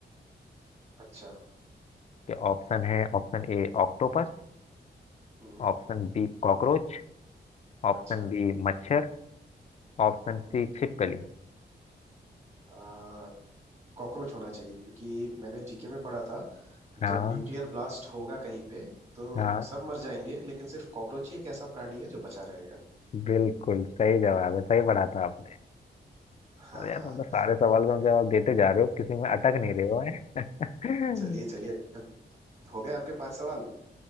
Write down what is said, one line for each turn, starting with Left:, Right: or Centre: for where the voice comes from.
Right: अच्छा
Left: कि ऑप्शन है option A octopus
Right: हम्म
Left: option B cockroach option
Right: अच्छा
Left: B मच्छर ऑप्शन
Right: हम्म हम्म।
Left: सी छिपकली
Right: आ, कॉकरोच होना चाहिए क्योंकि मैंने जीके में पढ़ा था
Left: हाँ
Right: जब न्यूक्लियर ब्लास्ट होगा कहीं पे तो
Left: हाँ
Right: सब मर जाएंगे लेकिन सिर्फ कॉकरोच ही एक ऐसा प्राणी है जो बचा रहेगा
Left: बिल्कुल सही जवाब है सही पढ़ा था आपने
Right: हाँ
Left: चलो यार
Right: हाँ
Left: तुम तो सारे सवाल का जवाब देते जा रहे हो किसी में अटक नहीं रहे हो हैं
Right: चलिए
Left: <laughs>
Right: चलिए अब हो गए आपके पांच सवाल